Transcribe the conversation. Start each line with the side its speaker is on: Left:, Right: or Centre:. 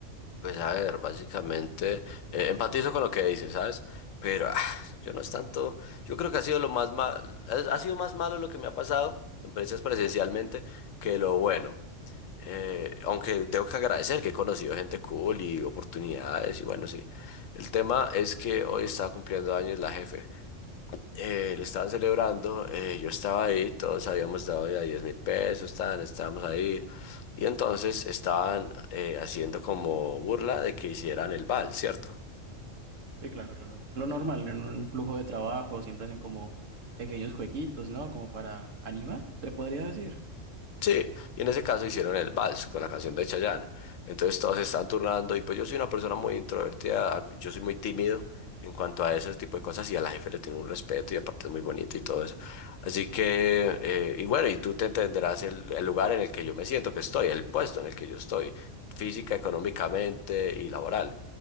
Left: Pues a ver, básicamente, eh, empatizo con lo que dices, ¿sabes? Pero ah, yo no es tanto, yo creo que ha sido lo más mal, ha ha sido más malo lo que me ha pasado, empresas presencialmente, que lo bueno. Eh, aunque tengo que agradecer que he conocido gente cool y oportunidades y bueno, sí. El tema es que hoy estaba cumpliendo años la jefe. Eh, le estaban celebrando, eh, yo estaba ahí, todos habíamos dado ya diez mil pesos, estaban, estábamos ahí. Y entonces estaban eh, haciendo como burla de que hicieran el vals, ¿cierto?
Right: Sí, claro, claro. Lo normal, en un flujo de trabajo siempre hacen como pequeños jueguitos, ¿no? Como para animar, se podría decir.
Left: Sí, y en ese caso hicieron el vals con la canción de Chayanne. Entonces todos se estaban turnando y pues yo soy una persona muy introvertida, a- yo soy muy tímido en cuanto a ese tipo de cosas y a la jefe le tengo un respeto y aparte es muy bonito y todo eso. Así que, eh, y bueno, y tú te entenderás el, el lugar en el que yo me siento que estoy, el puesto en el que yo estoy, física, económicamente y laboral